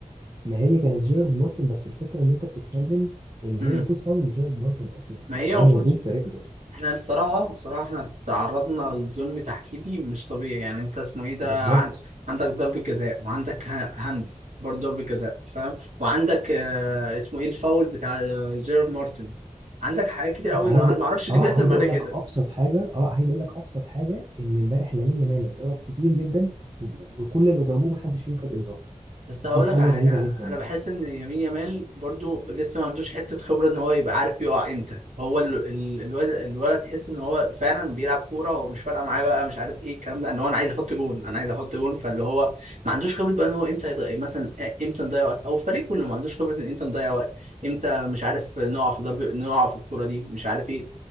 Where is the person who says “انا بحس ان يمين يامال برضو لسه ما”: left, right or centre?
Right